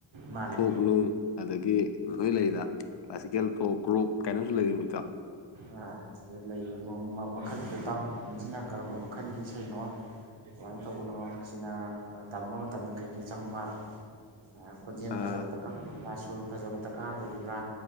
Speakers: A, on the right (about 85°); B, on the left (about 65°).
A: ꯃꯥꯜꯂꯦ
B: ꯐꯣꯛ ꯅꯨꯡ ꯑꯗꯒꯤ ꯂꯣꯏ ꯂꯩꯗ ꯀ꯭ꯂꯥꯁꯤꯀꯦꯜ ꯐꯣꯛ ꯒ꯭ꯔꯨꯞ ꯀꯥꯏꯅ ꯑꯝꯖꯨ ꯂꯩꯔꯤꯝꯃꯤꯗꯣ
A: ꯑ ꯑꯗꯨꯗ ꯂꯩꯕ ꯃ ꯃꯈꯜꯖꯤꯗ ꯏꯇꯥꯎꯅ ꯇꯝꯃꯤꯖꯤꯅ ꯀꯔꯝꯕ ꯃꯈꯜꯒꯤ ꯁꯩꯅꯣ ꯀꯃꯥꯏ ꯇꯧꯕꯅꯣ ꯁꯤꯅ ꯑ ꯇꯝꯕ ꯃꯇꯝꯗ ꯀꯩꯀꯩ ꯆꯪꯕ ꯑ ꯈꯣꯟꯖꯦꯜ
B: ꯑꯥ
A: ꯐꯖꯕ <unintelligible> ꯐꯖꯕ ꯗꯀꯥꯔ ꯑꯣꯏꯔꯤꯕ꯭ꯔꯥ